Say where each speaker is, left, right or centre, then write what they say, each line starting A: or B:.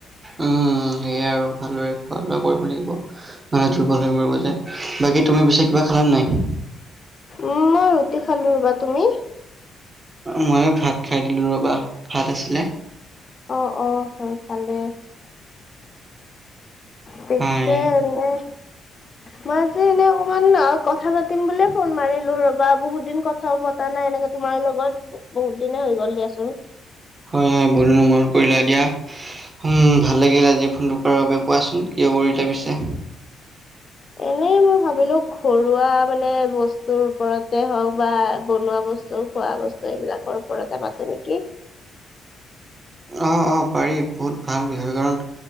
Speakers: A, on the right; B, on the left.
A: উম সেয়াই আৰু ভালোৰে। খোৱা লোৱা কৰিব লাগিব মানে দুৰ্বল হৈ পৰিব যে, বাকী তুমি পিছে কিবা খালা নে নাই?
B: উম মই ৰুটি খালো ৰবা, তুমি?
A: মই ভাত খাই দিলো ৰবা ভাত আছিলে।
B: অ অ হয় ভালেই। পিছে
A: হয়,
B: এনেই মই যে এনে অকমান অঁ কথা পাতিম বুলি ফোন মাৰিলো ৰ'বা বহুত দিন কথাও পা তা নাই এনেকে তোমাৰ লগত বহুত দিনে হৈ গ'ল দিয়াচোন।
A: হয় হয় বহুদিনৰ মূৰত কৰিলা দিয়া। উম ভাল লাগিল আজি ফোনটো কৰাৰ বাবে, কোৱাচোন কিয় কৰিলা পিছে?
B: এনেই মই ভাবিলো ঘৰুৱা মানে বস্তুৰ ওপৰতে হওক বা, বনোৱা বস্তু টো খোৱা বস্তু এইবিলাকৰ ওপৰতে পাতো নেকি?
A: আঁহ আঁহ পাৰি, বহুত ভাল বিষয় কাৰণ